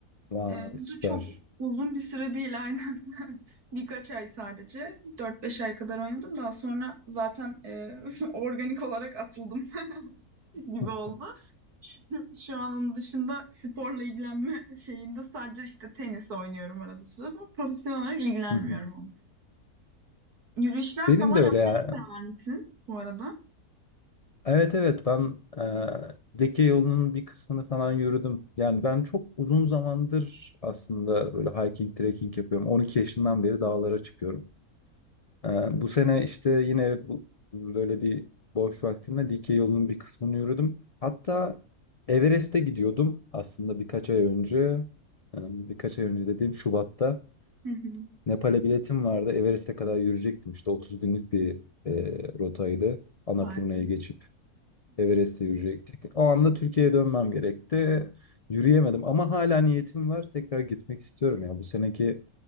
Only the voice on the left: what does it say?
Vay
süper.
<laughs>
Hı hı.
Benim
de
öyle ya.
Evet evet ben eee Deke yolunun bir kısmını falan yürüdüm. Yani ben çok uzun zamandır aslında böyle hiking, trekking yapıyorum. 12 yaşından beri dağlara çıkıyorum. Eee, bu sene işte yine bu, böyle bir boş vaktimle Dike yolunun bir kısmını yürüdüm. Hatta Everest'e gidiyordum aslında birkaç ay önce. Eee, birkaç ay önce dediğim Şubat'ta.
Nepal'e biletim vardı. Everest'e kadar yürüyecektim. İşte 30 günlük bir eee rotaydı. Annapurna'yı
geçip. Everest'e yürüyecektik. O anda Türkiye'ye dönmem gerekti. Yürüyemedim ama hala niyetim var. Tekrar gitmek istiyorum ya. Bu seneki